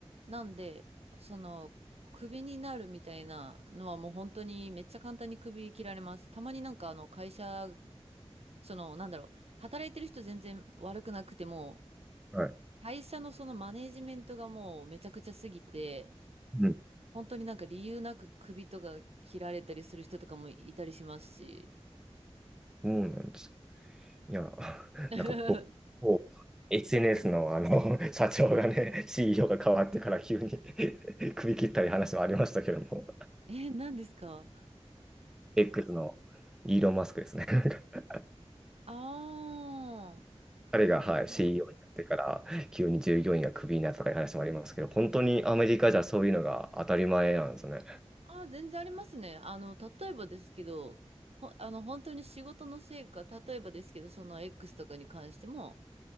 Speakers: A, on the right; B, in the centre.
A: なんで、その、クビになるみたいなのはもう本当にめっちゃ簡単にクビ切られます。たまになんかあの会社、その、なんだろう、働いてる人全然悪くなくても、
B: はい。
A: 会社のそのマネージメントがもうめちゃくちゃすぎて、
B: うん。
A: 本当になんか理由なく首とか切られたりする人とかもいたりしますし。
B: そうなんです。いや、<laughs>
A: <laughs>
B: なんかぼ、ぼ SNS のあの、<laughs> 社長がね、CEO が変わってから急に <laughs> 首切ったり話もありましたけども、
A: え、何ですか
B: X のイーロン・マスクですね。<laughs>
A: ああ
B: 彼が、はい、
A: ー、なんだろう。
B: CEO になってから急に従業員がクビになったとかいう話もありますけど、本当にアメリカじゃそういうのが当たり前なんですね。
A: あー、全然ありますね。あの、例えばですけど、ほ、あの、本当に仕事の成果、例えばですけど、その X とかに関しても、